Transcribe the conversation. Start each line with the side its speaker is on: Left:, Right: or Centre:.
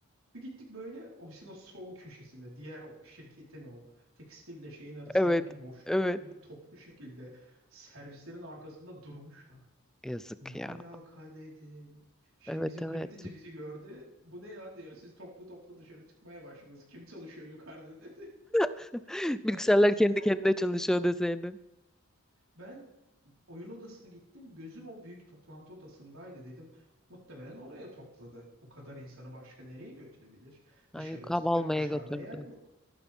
Right: Bir gittik böyle ofisin o sol köşesinde diğer o şirketin o tekstille şeyin arasındaki
Centre: Evet.
Right: boşlukta
Centre: Evet.
Right: böyle toplu şekilde servislerin arkasında durmuşlar.
Centre: Yazık
Right: Ne alaka
Centre: ya.
Right: dedim. Şey
Centre: Evet
Right: bizim
Centre: evet.
Right: kaliteci bizi gördü. Bu ne ya diyor. Siz toplu toplu dışarı çıkmaya başladınız. Kim çalışıyor yukarıda dedi. <laughs>
Centre: <laughs> Bilgisayarlar
Right: Ben de böyle
Centre: kendi
Right: bir baktım.
Centre: kendine çalışıyor deseydin.
Right: Ben oyun odasına gittim. Gözüm o büyük toplantı odasındaydı dedim. Muhtemelen oraya topladı. Bu kadar insanı başka nereye götürebilir?
Centre: Ay,
Right: Dışarı
Centre: yok,
Right: çıkacak
Centre: hava almaya
Right: dışarıda
Centre: götürdüm.
Right: yer yok.